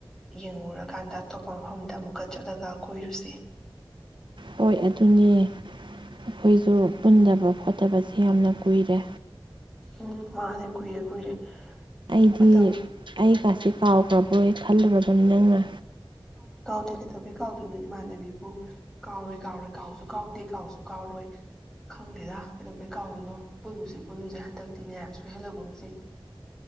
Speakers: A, in the centre; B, on the right.
A: ꯌꯦꯡꯉꯨꯔꯀꯥꯟꯗ ꯑꯇꯣꯞꯄ ꯃꯐꯝꯗ ꯑꯃꯨꯛꯀ ꯆꯠꯂꯒ ꯀꯣꯏꯔꯨꯁꯤ
B: ꯍꯣꯏ ꯑꯗꯨꯅꯦ ꯑꯩꯈꯣꯏꯖꯨ ꯄꯨꯟꯗꯕ ꯈꯣꯠꯇꯕꯁꯦ ꯌꯥꯝꯅ ꯀꯨꯏꯔꯦ
A: ꯎꯝ ꯃꯥꯅꯤ ꯀꯨꯏꯔꯦ ꯀꯨꯏꯔꯦ
B: ꯑꯩꯗꯤ
A: ꯃꯇꯝ
B: ꯑꯩ ꯀꯥꯁꯤꯛ ꯀꯥꯎꯈ꯭ꯔꯕꯣꯏ ꯈꯜꯂꯔꯕ ꯆꯝꯅꯅ
A: ꯑ ꯀꯩꯗꯧꯕꯩ ꯀꯥꯎꯗꯣꯏꯅꯣ ꯏꯃꯥꯟꯅꯕꯤꯕꯨ ꯀꯥꯎꯔꯣꯏ ꯀꯥꯎꯔꯣꯏ ꯀꯥꯎꯁꯨ ꯀꯥꯎꯗꯦ ꯀꯥꯎꯁꯨ ꯀꯥꯎꯔꯣꯏ ꯈꯪꯗꯦꯗ ꯀꯩꯗꯧꯕꯩ ꯀꯥꯎꯗꯣꯏꯅꯣ ꯄꯨꯜꯂꯨꯁꯤ ꯄꯨꯜꯂꯨꯁꯦ ꯍꯟꯗꯛꯇꯤꯅꯦ ꯁꯣꯏꯍꯜꯂꯒꯨꯝꯁꯦ